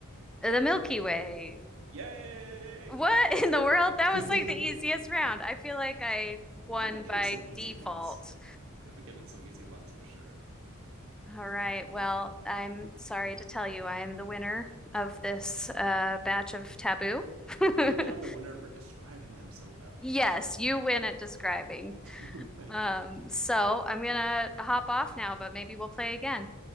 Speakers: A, in the centre; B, on the right.
A: The Milky Way.
B: Yay!
A: What in the world? That
B: <laughs>
A: was like the easiest round. I feel like I won
B: I've been
A: by
B: getting some easy
A: default.
B: ones. I've been getting some easy ones for sure.
A: All right. Well, I'm sorry to tell you, I am the winner of
B: Ah.
A: this uh, batch of taboo.
B: But
A: <laughs>
B: maybe I'm the winner for describing them so well.
A: Yes, you win at describing.
B: <laughs> Thank
A: Um,
B: you.
A: so I'm gonna hop off now, but maybe we'll play again.